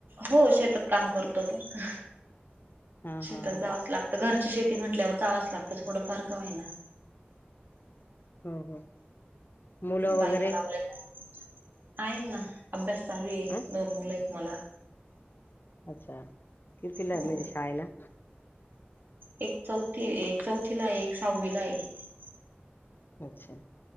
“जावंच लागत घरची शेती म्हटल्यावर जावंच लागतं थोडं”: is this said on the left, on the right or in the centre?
Right